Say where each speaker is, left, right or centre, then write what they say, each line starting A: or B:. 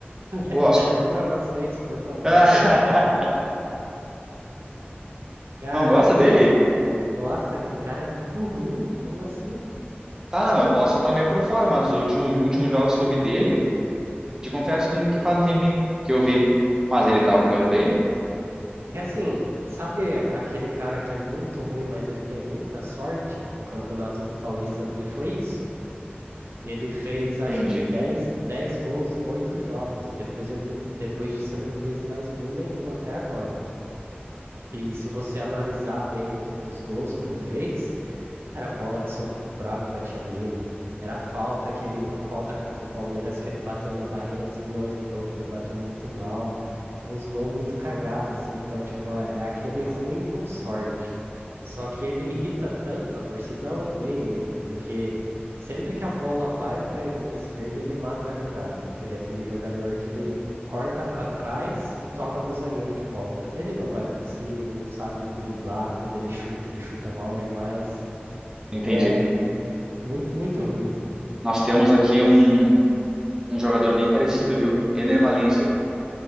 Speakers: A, on the right; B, on the right.
A: <laughs>
B: Gosto.
A: Leva pra vocês, por favor.
B: <laughs>
A: <laughs> Caramba!
B: Não gosta dele?
A: Nossa, aquele cara é muito ruim, como assim?
B: Tá, não, eu posso estar meio por fora, mas os últimos, últimos jogos que eu vi dele Te confesso que, que faz um tempinho que eu vi, mas ele tava jogando bem?
A: É que assim, sabe aquele cara que é muito ruim, mas ele tem muita sorte? O Campeonato Paulista dele foi isso? Ele fez acho
B: Entendi,
A: que dez 10 gols em 8 jogos, e depois, ele não, depois disso ele não fez mais gol nenhum até agora. E se você analisar bem os, os gols que ele fez, era a bola que sobrava e batia nele. Era a falta que ele, a falta contra o Palmeiras que ele bateu na barreira, desviou, entrou, que ele bateu muito mal. Uns gols muito cagados, assim. Então, tipo, é é aquele ruim com sorte. Só que ele irrita tanto, a torcida odeia ele, porque sempre que a bola vai para ele na esquerda, ele mata a jogada. Que ele é aquele jogador que ele corta para trás e toca pro zagueiro de volta. Ele não vai para cima, ele não sabe driblar, quando ele chuta, ele chuta mal demais. Ele
B: entendi.
A: é muito, muito ruim.
B: Nós temos aqui um, um jogador bem parecido, viu? Ener Valencia,